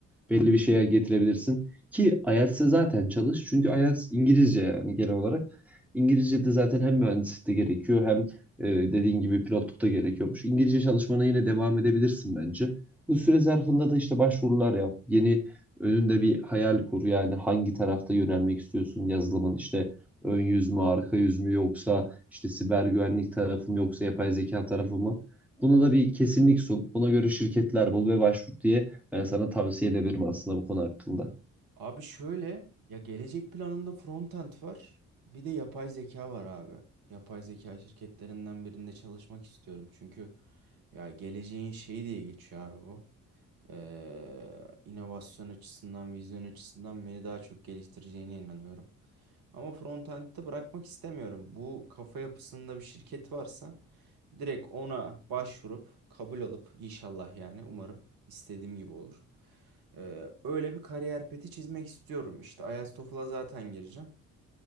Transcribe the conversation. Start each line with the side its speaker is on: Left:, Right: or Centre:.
Centre: belli bir şeye getirebilirsin. Ki IELTS'e zaten çalış. Çünkü IELTS İngilizce yani genel olarak. İngilizce de zaten hem mühendislikte gerekiyor hem e, dediğin gibi pilotlukta gerekiyormuş. İngilizce çalışmana yine devam edebilirsin bence. Bu süre zarfında da işte başvurular yap. Yeni önünde bir hayal kur. Yani hangi tarafta yönelmek istiyorsun yazılımın işte ön yüz mü, arka yüz mü yoksa işte siber güvenlik tarafı mı yoksa yapay zeka tarafı mı? Buna da bir kesinlik sun. Buna göre şirketler bul ve başvur diye ben sana tavsiye edebilirim aslında bu konu hakkında.
Right: Abi şöyle ya gelecek planımda frontend var. Bir de yapay zeka var abi. Yapay zeka şirketlerinden birinde çalışmak istiyorum. Çünkü ya geleceğin şeyi diye geçiyor abi bu. Ee, inovasyon açısından, vizyon açısından beni daha çok geliştireceğine inanıyorum. Ama frontend'de bırakmak istemiyorum. Bu kafa yapısında bir şirket varsa direkt ona başvurup kabul alıp inşallah yani umarım istediğim gibi olur. Ee, öyle bir kariyer peti çizmek istiyorum. İşte IELTS TOEFL'a zaten gireceğim.